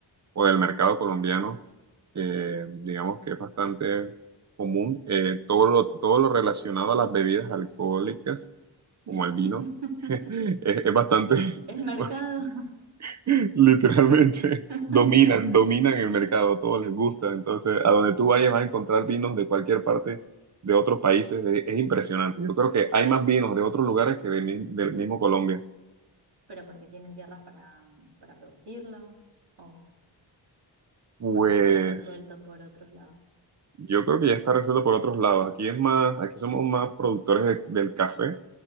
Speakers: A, on the right; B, on the right.
A: o del mercado colombiano, que digamos que es bastante común. Eh, todo lo, todo lo relacionado a las bebidas alcohólicas, como
B: <laughs>
A: el vino, <laughs> es, es bastante,
B: Es mercado.
A: <laughs> Literalmente
B: <laughs>
A: <laughs> dominan, dominan el mercado, a todos les gusta. Entonces, a donde tú vayas vas a encontrar vinos de cualquier parte de otros países. Es, es impresionante. Yo creo que hay más vinos de otros lugares que de mi- del mismo Colombia.
B: Pero porque tienen tierras para, para producirlo o,
A: Pues
B: o porque ya está resuelto por otros lados.
A: yo creo que ya está resuelto por otros lados. Aquí es más, aquí somos más productores de- del café.